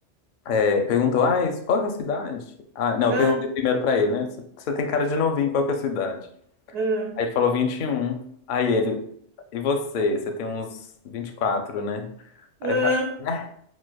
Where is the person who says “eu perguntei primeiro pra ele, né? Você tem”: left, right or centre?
Left